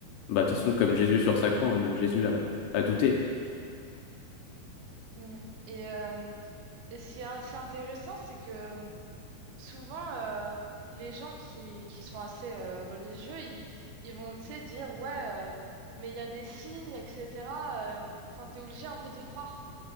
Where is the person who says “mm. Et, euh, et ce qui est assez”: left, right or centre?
Right